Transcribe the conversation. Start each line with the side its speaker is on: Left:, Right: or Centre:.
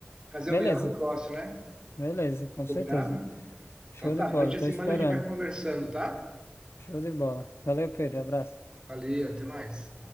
Right: fazer
Left: Beleza,
Right: o melhor negócio, né?
Left: beleza, com
Right: Combinado?
Left: certeza. Show
Right: Então tá,
Left: de bola,
Right: durante a
Left: tô
Right: semana
Left: esperando.
Right: a gente vai conversando, tá?
Left: Show de bola. Valeu, Pedro, abraço.
Right: Valeu, até mais.